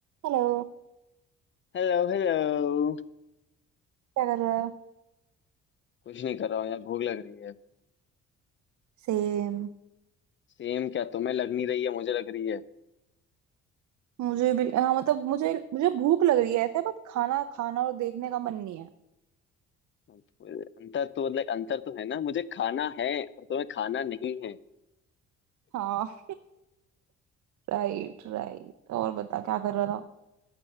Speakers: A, on the right; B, on the left.
A: हेलो
B: Hello hello
A: क्या कर रहा है
B: कुछ नहीं कर रहा हूँ यार भूख लग रही है
A: सेम
B: सेम क्या तुम्हें लग नहीं रही है मुझे लग रही है
A: मुझे भी हाँ मतलब मुझे मुझे भूख लग रही है ऐसे बट खाना खाना और देखने का मन नहीं है
B: अंतर तो लाइक अंतर तो है ना मुझे खाना है और तुम्हें खाना नहीं है
A: हाँ Right right और बता क्या कर रहा था